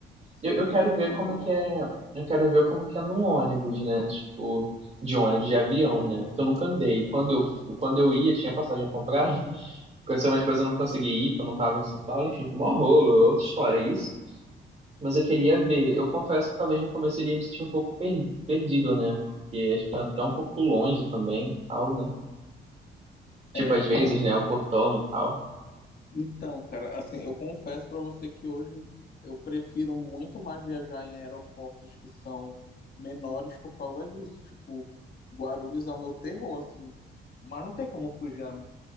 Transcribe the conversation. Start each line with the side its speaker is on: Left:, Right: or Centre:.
Left: você
Right: Eu,
Left: não
Right: eu
Left: fica
Right: quero ver
Left: tão
Right: como
Left: agoniado.
Right: que é. Eu quero ver como que é no ônibus, né? Tipo, de ônibus, de avião, né? Porque eu nunca andei. Quando eu, quando eu ia, tinha passagem comprada. <laughs> Aconteceu umas coisas, eu não consegui ir, porque eu não tava em São Paulo. Enfim, foi mó rolo, outra história. Isso Mas eu queria ver. Eu confesso que talvez no começo eu iria me sentir um pouco per- perdido, né? Porque acho que é até um pouco longe também, tal, né? Tipo,
Left: É,
Right: às vezes,
Left: não,
Right: né? O portão e tal.
Left: Então, cara, assim, eu confesso pra você que hoje eu prefiro muito mais viajar em aeroportos que são menores por causa disso. Tipo, Guarulhos é o meu terror, assim. Mas não tem como fugir. a